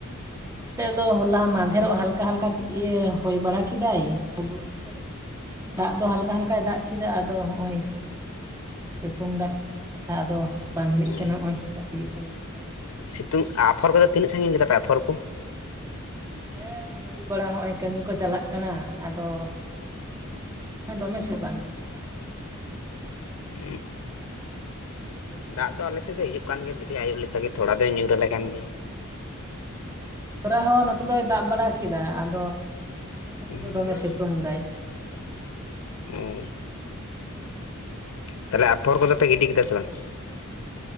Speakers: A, on the right; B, on the left.
A: ᱱᱚᱛᱮ ᱫᱚ ᱦᱚᱞᱟ ᱢᱟᱫᱮᱨᱚᱜ ᱦᱟᱞᱠᱟ ᱦᱟᱞᱠᱟ ᱠᱟᱹᱴᱤᱡ ᱮ ᱦᱚᱭ ᱵᱟᱲᱟ ᱠᱮᱫᱟᱭ ᱦᱩᱰᱩᱨ᱾ ᱞᱮᱫᱟᱭ ᱫᱟᱜ ᱫᱚ ᱦᱟᱞᱠᱟ ᱦᱟᱞᱠᱟᱭ ᱫᱟᱜ ᱠᱮᱫᱟ ᱟᱫᱚ ᱱᱚᱦᱚᱸ-ᱚᱭ ᱥᱤᱛᱩᱝ ᱫᱟᱜ ᱨᱮᱱᱟᱜ ᱠᱟᱛᱷᱟ ᱟᱫᱚ ᱵᱟᱝ ᱞᱮᱭ
B: ᱦᱮᱸ,
A: ᱠᱟᱱᱟ ᱱᱚ-ᱚᱭ ᱫᱟᱜ ᱦᱤᱡᱩᱜ ᱠᱟᱱᱟ ᱥᱮ ᱵᱟᱝ ᱵᱚᱨᱚ
B: ᱛᱩᱝ ᱟᱯᱷᱚᱨ ᱠᱚ ᱛᱤᱱᱟᱹᱥᱟᱜᱤᱧ ᱠᱮᱫᱟ ᱯᱮ ᱟᱯᱷᱚᱨ ᱠᱚ?
A: ᱦᱮᱸ ᱦᱩᱭ ᱵᱟᱲᱟ ᱱᱚ-ᱚᱭ ᱠᱟᱹᱢᱤ ᱠᱚ ᱪᱟᱞᱟᱜ ᱠᱟᱱᱟ ᱟᱫᱚ ᱱᱚ-ᱚᱭ ᱫᱚᱢᱮ ᱥᱮᱫ ᱵᱟᱝ ᱦᱤᱡᱩᱜ-ᱟ ᱫᱚᱢᱮ ᱟᱨᱚ ᱥᱮ
B: ᱦ
A: ᱜᱩᱡᱩᱜᱼᱟ
B: ᱫᱟᱜ ᱫᱚ ᱟᱞᱮ ᱥᱮᱫ ᱫᱚ ᱦᱩᱭᱩᱜ ᱠᱟᱱᱟ ᱦᱤᱡᱩᱜ ᱦᱩᱭᱩᱜ ᱠᱟᱱ ᱜᱮ ᱫᱮᱞᱤ ᱟᱭᱩᱵ ᱞᱮᱠᱟᱜᱮ ᱛᱷᱚᱲᱟ ᱫᱚᱭ ᱧᱩᱨ ᱟᱞᱮ ᱠᱟᱱ ᱜᱮᱭᱟ
A: ᱚ ᱛᱷᱚᱨᱟ ᱦᱚᱸ ᱱᱚᱛᱮ ᱫᱚᱭ ᱫᱟᱵ ᱵᱟᱲᱟ ᱠᱮᱫᱟ ᱟᱫᱚ᱾ ᱱᱤᱭᱟᱹ ᱜᱷᱟᱹᱲᱤᱡ
B: ᱦᱮᱸ,
A: ᱫᱚᱢᱮ ᱥᱤᱛᱩᱝ ᱫᱟᱭ ᱟᱫᱚ ᱵᱟᱝ ᱦᱤᱡᱩᱜ ᱠᱟᱱᱟ ᱫᱟᱜ ᱠᱚ
B: ᱦᱩᱸ ᱛᱟᱦᱞᱮ ᱟᱯᱷᱚᱨ ᱠᱚᱫᱚ ᱯᱮ ᱜᱤᱰᱤ ᱠᱮᱫᱟ ᱥᱮ ᱵᱟᱝ?